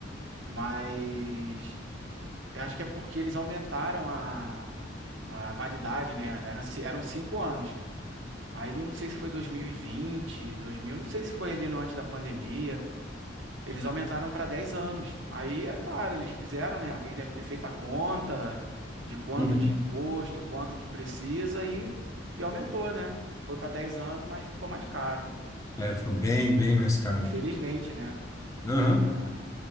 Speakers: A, on the right; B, on the left.
A: Mas eu acho que é porque eles aumentaram a, a validade, né? Eram, ci- eram cinco anos. Aí eu não sei se foi dois mil e vinte, dois mil, não sei se foi ali no antes da pandemia. Eles aumentaram para 10 anos. Aí, é claro, eles fizeram, né? Alguém deve ter feito a conta de quanto
B: Uhum.
A: de imposto, quanto que precisa e, e aumentou, né? Foi para 10 anos, mas ficou mais caro.
B: É, ficou bem, bem mais caro.
A: Infelizmente, né?
B: Aham.
A: Ah,